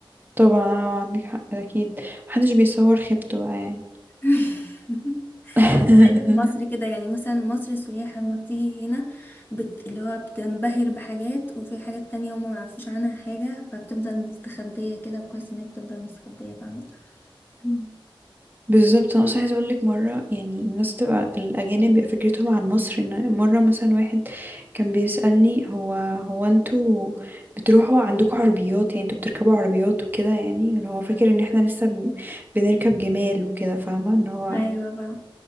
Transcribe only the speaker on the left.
<laughs>
زي في مصر كده يعني مثلا مصر السياح لما بتيجي هنا بت... اللي هو بتنبهر بحاجات وفي حاجات تانية هما معرفوش عنها حاجة فبتفضل مستخبية كده كويس ان هي بتفضل مستخبية فاهمة مم.
ايوه بقى